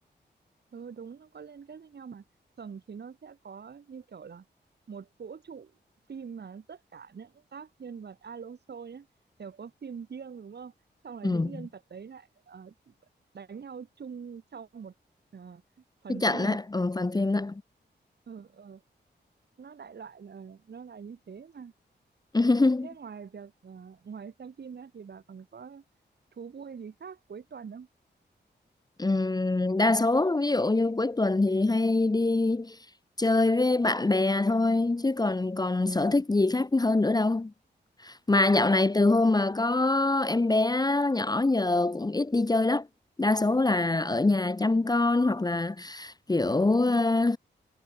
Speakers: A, on the right (about 65°); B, on the left (about 20°).
A: Ừ đúng nó có liên kết với nhau mà tầng thì nó sẽ có như kiểu là một vũ trụ phim mà tất cả những các nhân vật Alonso nhé đều có phim riêng đúng không xong là
B: ừ.
A: những nhân vật đấy lại ờ, đánh nhau chung trong một ờ, phần
B: cái trận
A: phim
B: đấy ừ, phần phim đó
A: ừ, ừ. nó đại loại là nó là như thế mà
B: <laughs>
A: thế ngoài việc ờ, ngoài xem phim ra thì bà còn có thú vui gì khác cuối tuần không
B: Ừm, đa số ví dụ như cuối tuần thì hay đi chơi với bạn bè thôi chứ còn còn sở thích gì khác hơn nữa đâu Mà dạo này từ hôm mà có em bé nhỏ giờ cũng ít đi chơi lắm. Đa số là ở nhà chăm con hoặc là kiểu ờ,